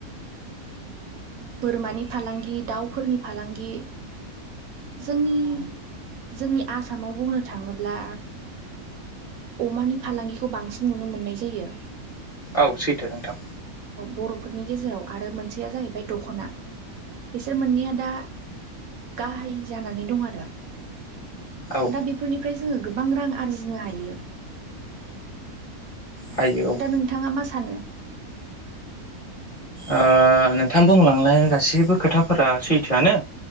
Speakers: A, on the right; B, on the left.
A: बोरमानि फालांगि दाउफोरनि फालांगि जोंनि जोंनि आसामाव बुंनो थाङोब्ला अमानि फालांगिखौ बांसिन नुनो मोननाय जायो
B: औ सैथो नोंथां
A: बर'फोरनि गेजेराव आरो मोनसेया जाहैबाय दख'ना बिसोर मोननैया दा गाहाय जानानै दं आरो
B: औ
A: दा बेफोरनिफ्राय जोङो गोबां रां आरजिनो हायो
B: हायो औ
A: दा नोंथाङा मा सानो?
B: ओ नोंथां बुंलांनाय गासैबो खोथाफोरा सैथोआनो